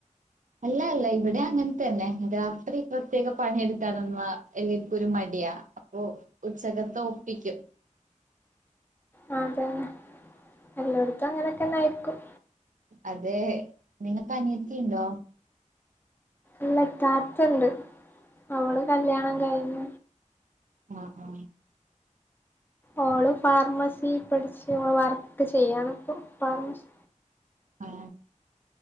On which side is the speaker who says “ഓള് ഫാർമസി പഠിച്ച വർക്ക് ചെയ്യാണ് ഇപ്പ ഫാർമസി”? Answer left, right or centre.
Left